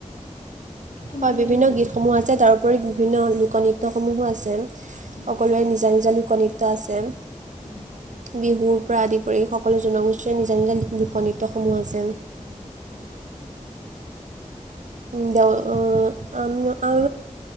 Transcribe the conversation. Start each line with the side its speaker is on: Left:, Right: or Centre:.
Left: তুমি
Right: হয় বিভিন্ন
Left: লোক
Right: গীতসমূহ আছে তাৰোপৰি বিভিন্ন লোকনৃত্যসমূহো আছে।
Left: উম,
Right: সকলোৰে
Left: হয়,
Right: নিজা - নিজা লোকনৃত্য আছে।
Left: উম,
Right: বিহুৰ পৰা আদি কৰি সকলো জনগোষ্ঠীয়ে নিজা নিজা লোকনৃত্যসমূহ আছে।
Left: হয়, হয়,
Right: <unintelligible>